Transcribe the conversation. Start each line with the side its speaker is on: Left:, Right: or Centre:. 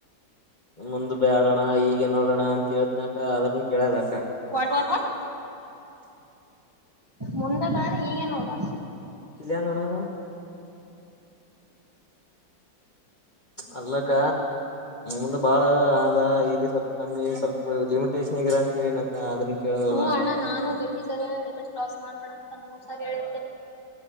Left: ಮುಂದ ಬೇಡಅಣ್ಣ ಹೀಗೆ ನೋಡ ಅಣ್ಣ ಕೆೇಳತೀನ ಅಕ ಅದನ ಕೇಳಲ ಅಕ್ಕ
Right: ವಾಟ್ ವಾಟ್ ವಾಟ್ ಮುಂದೆ ಬೇಡ ಈಗೆ ನೋಡ
Left: ಕಿಲ್ಯ ನೋಡನು <inaudible> ಅಲ್ಲಕ್ಕ ಅದು ಬಾಳ ಆದ ಈಗ ಸ್ವಲ್ಪ ಕಮ್ಮಿ ಸ್ವಲ್ಪ ಲಿಮಿಟೇಷನ್ ಆಗಿರ ಅಂತ ಹೇಳಿನಕ್ಕ ಅದನ್ನ ಕೇಳೋದಲ್ಲ
Right: ಹ್ಮ ಅಣ್ಣ ನಾನು ಜಗ್ಗಿ ಸರಿ ಹೇಳೀನಿ ಲಿಮಿಟ್ ಕ್ರಾಸ್ ಮಾಡ್ಬೇಡ ಅಂತ ನೂರು ಸರಿ ಹೇಳೀನಿ